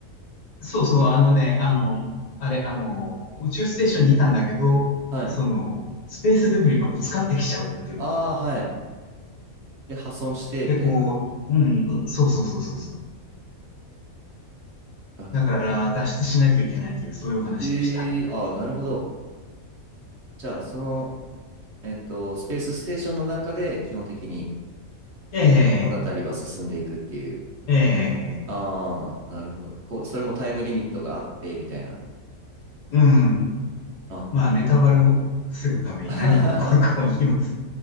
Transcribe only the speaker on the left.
そうそう、あのね、あの、あれ、あの、宇宙ステーションにいたんだけど、
その、スペースデブリがぶつかってきちゃうっていう。
で、こう、うん、うそうそうそうそうそう。
だから、脱出しないといけないという、そういうお話でした。
ええ、
ええ、
うん。
まあ、ネタバレを防ぐために何が起こるかを言います。